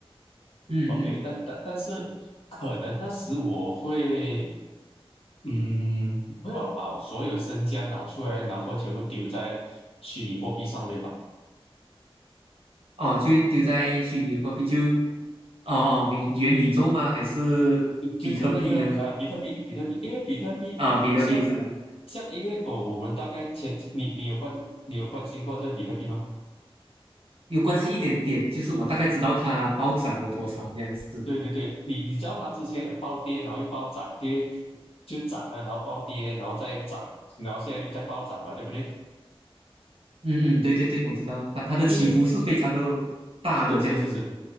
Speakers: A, on the right; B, on the left.
A: 嗯嗯，
B: OK，但但但是可能那时我会。嗯，我会要把我所有身家拿出来，然后全部丢在虚拟货币上面吧。
A: 哦，就丢在虚拟货币就，哦哦，明元宇宙吗？还是比特币呢？
B: 就是那个呃，比特币，比特币，因为比特币像
A: 啊，比特币是吧？
B: 像，因为哦，我们大概前你你有关你有关心过这个比特币吗？
A: 有关系一点点，就是我大概知道它暴涨了多少这样子。
B: 对对对，你你知道它之前有暴跌，然后又暴涨，就就涨了，然后暴跌，然后再涨，然后现在又在暴涨了，对不对？
A: 嗯嗯，对对对，我知道它它的起伏是非常的大的这样子。
B: 就是是是是是